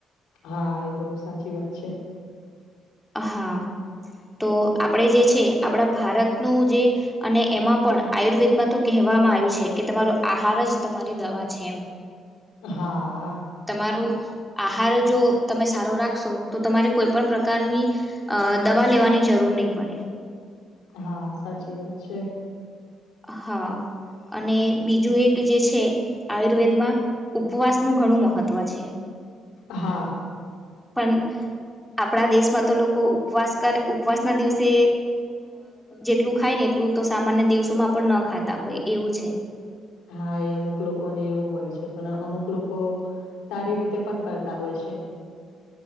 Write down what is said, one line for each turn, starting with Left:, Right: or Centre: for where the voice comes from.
Left: હા એ તો સાચી વાત છે.
Centre: હા તો આપણે જે છે આપણા ભારતનું જે અને એમાં પણ આયુર્વેદમાં તો કહેવામાં આવ્યું છે કે તમારો આહાર જ તમારી દવા છે એમ.
Left: હા.
Centre: તમારો આહાર જો તમે સારો રાખશો તો તમારે કોઈપણ પ્રકારની દવા લેવાની જરૂર નહીં પડે.
Left: હા સાચી વાત છે.
Centre: હા. અને બીજું એક જે છે આયુર્વેદમાં ઉપવાસનું ઘણું મહત્ત્વ છે.
Left: હા.
Centre: પણ આપણા દેશમાં તો લોકો ઉપવાસ કર ઉપવાસ ના દિવસે જેટલું ખાય ને એટલું તો સામાન્ય દિવસોમાં પણ ન ખાતા હોય એવું છે.
Left: હા એ અમુક લોકોને એવું હોય છે પણ અમુક લોકો સારી રીતે પણ કરતા હોય છે.